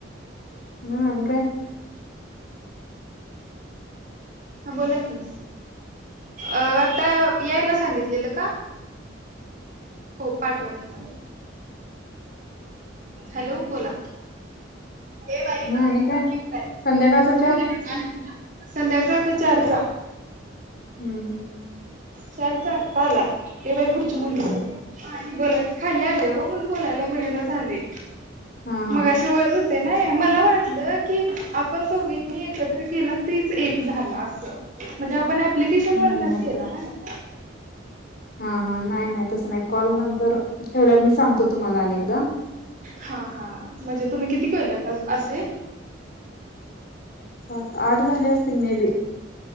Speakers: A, on the left; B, on the right.
A: म आणि काय?
B: हा बोला की, आता यायला सांगितलेलं का? हो पाठवा की, हॅलो बोला ए बाई
A: मग
B: पाण्याची
A: आणि काय
B: बाटली कुठाय?,
A: संध्याकाळचा
B: वरच
A: चहा
B: हाय संध्याकाळच चार चा
A: हम्म हम्म
B: चार चा आता आलाय, ए बाई खुर्ची मुडली. बोला खाली आले ओ, म्हणून बोलायला मिळेना झालय,
A: हा हा
B: मगाशी वर हो ते नाय, मला वाटलं की आपण दोघीनी एकत्र केला तीच एक झाला अस, म्हणजे आपण अँप्लिकेशन वरनच
A: नाही नाही
B: केला नाय.
A: हा हा नाही नाही, तसं नाही कॉल नंतर ठेवल्यावर मी सांगतो तुम्हाला आणि एकदा.
B: हा हा, म्हणजे तुम्ही किती केलेत अ असे?
A: सात-आठ झाले असतील, मे बी